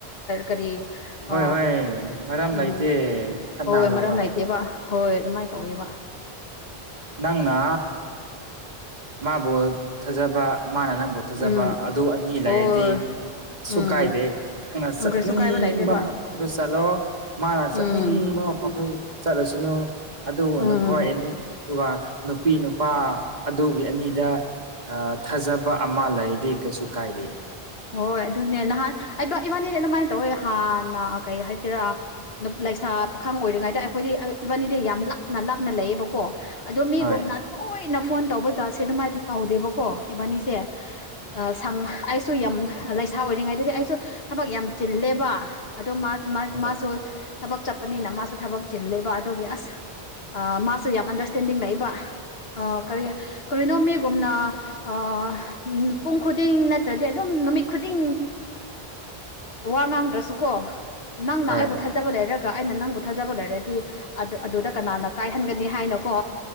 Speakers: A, on the left; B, on the right.
A: ꯀꯔꯤ
B: ꯍꯣꯏ
A: ꯑ
B: ꯍꯣꯏ ꯃꯔꯝ
A: ꯎꯝ
B: ꯂꯩꯇꯦ ꯈꯠꯅꯒꯗꯧꯕ
A: ꯍꯣꯏ ꯃꯔꯝ ꯅꯠꯇꯦꯕ ꯍꯣꯏ ꯑꯗꯨꯃꯥꯏꯅ ꯇꯧꯋꯦꯕ
B: ꯅꯪꯅ ꯃꯕꯨ ꯊꯥꯖꯕ ꯃꯅ ꯅꯪꯕ ꯐꯖꯕ
A: ꯎꯝ
B: ꯑꯗꯨ ꯑꯅꯤ
A: ꯍꯣꯏ
B: ꯂꯩꯔꯗꯤ ꯁꯨ
A: ꯎꯝ
B: ꯀꯥꯏꯗꯦ ꯅꯪꯅ
A: ꯎꯝ
B: ꯆꯠꯅꯤꯡꯕ
A: ꯀꯩꯁꯨ ꯀꯥꯏꯕ ꯂꯩꯇꯦꯕ
B: ꯃꯐꯝꯗꯨ ꯆꯠꯂꯣ ꯃꯥꯅ ꯆꯠꯅꯤꯡꯕ
A: ꯎꯝ
B: ꯃꯐꯝꯗꯨ ꯆꯠꯂꯁꯅꯨ ꯑꯗꯨ
A: ꯎꯝ
B: ꯅꯈꯣ ꯑꯦꯅꯤ ꯑꯗꯨꯒ ꯅꯨꯄꯤ ꯅꯨꯄꯥ ꯑꯗꯨꯒꯤ ꯑꯅꯤꯗ ꯑ ꯊꯥꯖꯕ ꯑꯃ ꯂꯩꯗꯤ ꯀꯩꯁꯨ ꯀꯥꯏꯗꯦ
A: ꯍꯣꯏ ꯑꯗꯨꯅꯦ ꯅꯍꯥꯟ ꯑꯩꯕ ꯏꯕꯥꯅꯦꯅꯦ ꯑꯗꯨꯃꯥꯏꯅ ꯇꯧꯋꯦ ꯍꯥꯟꯅ ꯀꯩ ꯍꯥꯏꯁꯤꯔꯥ ꯂꯩꯁꯥ ꯄꯥꯈꯪ ꯑꯣꯏꯔꯤꯉꯩꯗ ꯑꯩꯈꯣꯏꯗꯤ ꯏꯕꯥꯅꯤꯗꯤ ꯌꯥꯝ ꯂꯥꯞꯅ ꯂꯥꯞꯅ ꯂꯩꯌꯦꯕꯀꯣ ꯑꯗꯣ ꯃꯤꯒꯨꯝꯅ
B: ꯍꯣꯏ
A: ꯇꯣꯏꯅ ꯐꯣꯟ ꯇꯧꯕ ꯖꯥꯠꯁꯦ ꯑꯗꯨꯃꯥꯏꯗꯤ ꯇꯧꯗꯦꯕꯀꯣ ꯏꯕꯥꯅꯤꯁꯦ ꯑꯥ ꯁꯦꯝ ꯑꯥꯏꯁ꯫ ꯁꯨ ꯌꯥꯝ ꯂꯩꯁꯥ ꯑꯣꯏꯔꯤꯉꯥꯏꯗꯗꯤ ꯑꯩꯁꯨ ꯊꯕꯛ ꯌꯥꯝ ꯆꯤꯜꯂꯦꯕ ꯑꯗꯣ ꯃꯥ
B: ꯍꯣꯏ
A: ꯃꯥꯁꯨ ꯊꯕꯛ ꯆꯠꯄꯅꯤꯅ ꯃꯥꯁꯨ ꯊꯕꯛ ꯆꯤꯜꯂꯦꯕ ꯑꯗꯨꯒꯤ ꯑꯁ ꯑ ꯃꯥꯁꯨ ꯌꯥꯝ ꯑꯟꯗꯔꯁꯇꯦꯟꯗꯤꯡ ꯂꯩꯕ ꯑ ꯀꯔꯤ ꯀꯔꯤꯅꯣ ꯃꯤꯒꯨꯝꯅ ꯑ ꯄꯨꯡ ꯈꯨꯗꯤꯡ ꯗꯤ ꯑꯗꯨꯝ ꯅꯨꯃꯤꯠ ꯈꯨꯗꯤꯡ ꯋꯥ ꯉꯥꯡꯗ꯭ꯔꯁꯨꯀꯣ ꯅꯪꯅ
B: ꯍꯣꯏ
A: ꯑꯩꯕꯨ ꯊꯥꯖꯦ ꯊꯥꯖꯕ ꯂꯩꯔꯒ ꯑꯩꯅ ꯅꯪꯕꯨ ꯊꯥꯖꯕ ꯂꯩꯔꯗꯤ ꯑꯗꯨ ꯑꯗꯨꯗ ꯀꯅꯥꯅ ꯀꯥꯏꯍꯟꯒꯅꯤ ꯍꯥꯏꯅꯀꯣ